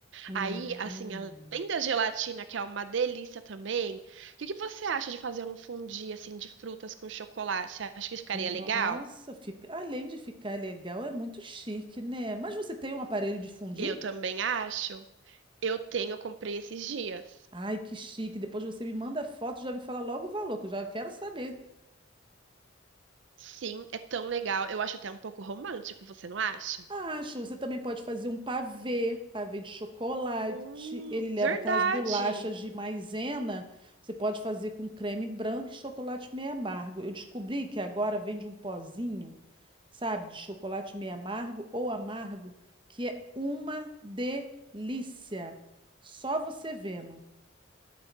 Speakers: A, on the right (about 25°); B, on the right (about 70°).
A: Hum,
B: Aí, assim, além da gelatina, que é uma delícia também, o que que você acha de fazer um fondue assim de frutas com chocolate? Você acha que ficaria legal?
A: nossa, fica, além de ficar legal, é muito chique, né? Mas você tem um aparelho de fundir?
B: Eu também acho. Eu tenho, eu comprei esses dias.
A: Ai, que chique. Depois você me manda a foto, já me fala logo o valor, que eu já quero saber
B: Sim, é tão legal. Eu acho até um pouco romântico, você não acha?
A: Acho, você também pode fazer um pavê, pavê de chocolate.
B: Hum,
A: Ele leva
B: verdade.
A: aquelas bolachas de maisena. Você pode fazer com creme branco e chocolate meio amargo. Eu descobri que agora vende um pozinho, sabe, de chocolate meio amargo ou amargo, que é uma delícia. Só você vendo.